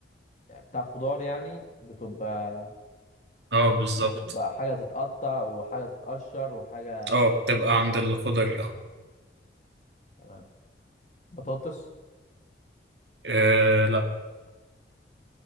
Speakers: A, on the left; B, on the right.
A: يعني بتاع خضار يعني بتبقى
B: اه بالظبط
A: بتبقى حاجة تتقطع وحاجة تتقشر وحاجة
B: اه بتبقى عند الخضري اه
A: تمام بطاطس
B: آه، لا